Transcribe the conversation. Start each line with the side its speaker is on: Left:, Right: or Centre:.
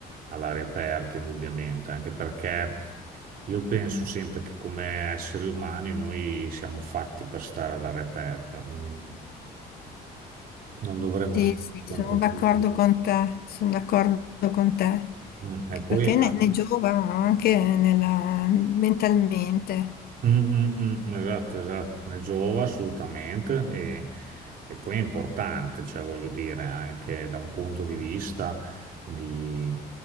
Right: all'aria aperta, indubbiamente, anche perché io penso sempre che come esseri umani noi siamo fatti per stare all'aria aperta, non, non dovremmo
Left: Sì,
Right: stare
Left: sì,
Right: sempre
Left: sono d'accordo
Right: chiusi.
Left: con te, sono d'accordo con te,
Right: Mm, E
Left: che
Right: poi,
Left: perché ne,
Right: ah,
Left: ne giova anche nella- mentalmente.
Right: mm, mm, mm, esatto, esatto, ne giova assolutamente e, e poi è importante, cioè voglio dire, anche da un punto di vista di,